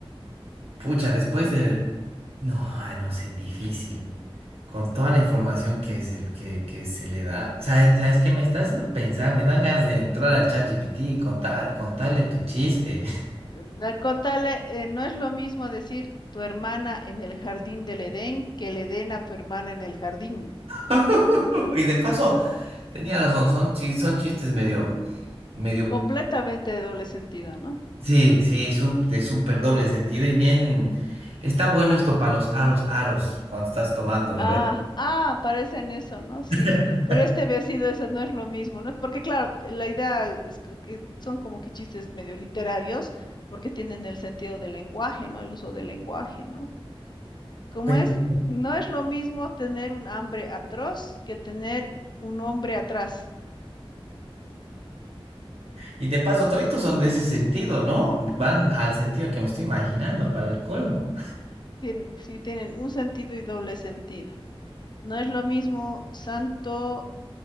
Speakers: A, on the right; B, on the left.
A: pucha, después del... No, ay, no sé, difícil. Con toda la información que, es el, que, que se le da. ¿Sabes, sabes qué me está haciendo pensar? Me dan ganas de entrar al ChatGPT y contar, contarle tu chiste.
B: Mm, Al contarle, eh, no es lo mismo decir tu hermana en el jardín del Edén que el Edén a tu hermana en el jardín. Mm.
A: <laughs> Y de paso, tenía razón, son, chis- son chistes medio, medio
B: Completamente de doble sentido, ¿no?
A: Sí, sí, sup- de súper doble sentido y bien. Está bueno esto para los aros, aros, cuando estás tomando, ¿no
B: Ah,
A: ves?
B: ah, parecen eso, ¿no? Sí,
A: <laughs>
B: pero este había sido eso, no es lo mismo, ¿no? Porque claro, la idea es que que son como que chistes medio literarios, porque tienen el sentido del lenguaje, ¿no? El uso del lenguaje, ¿no? Como
A: Pero-
B: es, no es lo mismo tener un hambre atroz que tener un hombre atrás.
A: Y de paso, toditos son de ese sentido, ¿no? Van al sentido que me estoy imaginando para el colmo.
B: Tienen, sí, tienen un sentido y doble sentido. No es lo mismo Santo